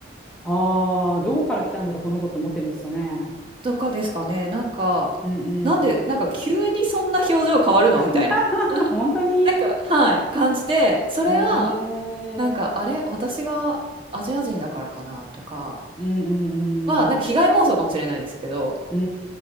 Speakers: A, in the centre; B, on the right.
A: ああー、どこから来たんだろう、この子って思ってるんですかね。
B: とかですかね。なんか、
A: うんうん。
B: なんで、なんか急にそんな表情変わるのみたいな。
A: <laughs> 本当に
B: なんか、はい、感じで、それは、
A: へえ。うん
B: なんか、あれ私がアジア人だからかなとか
A: うん
B: は、なんか被害妄想かもしれないですけど、
A: うん。